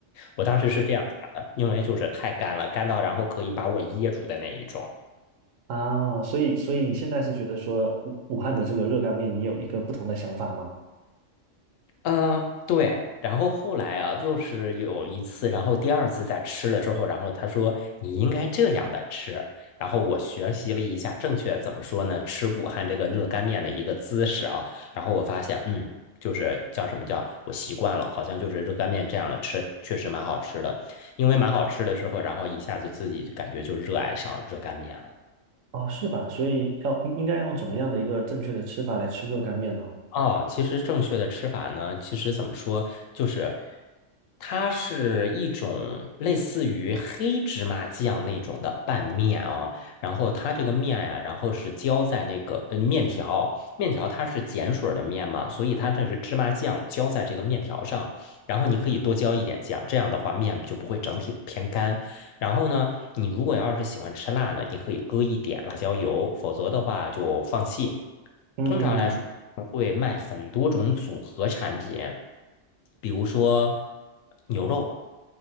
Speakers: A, on the left; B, on the right.
A: 我当时是这样想的，因为就是太干了，干到然后可以把我噎住的那一种。
B: 啊，所以所以你现在是觉得说武武汉的这个热干面，你有一个不同的想法吗？
A: 嗯，对。然后后来啊，就是有一次，然后第二次再吃了之后，然后他说你应该这样的吃。然后我学习了一下正确怎么说呢，吃武汉这个热干面的一个姿势啊。然后我发现，嗯，就是叫什么叫我习惯了，好像就是热干面这样的吃，确实蛮好吃的。因为蛮好吃的之后，然后一下子自己感觉就热爱上热干面了。
B: 哦，是吧？所以要应应该用怎么样的一个正确的吃法来吃热干面呢？
A: 哦，其实正确的吃法呢，其实怎么说，就是它是一种类似于黑芝麻酱那种的拌面啊。然后它这个面呀、然后是浇在那个呃面条，面条它是碱水儿的面嘛，所以它这是芝麻酱浇在这个面条上，然后你可以多浇一点酱，这样的话面就不会整体偏干。然后呢，你如果要是喜欢吃辣呢，你可以搁一点辣椒油，否则的话就放弃。
B: 嗯嗯嗯。
A: 通常来说，会卖很多种组合产品，比如说牛肉，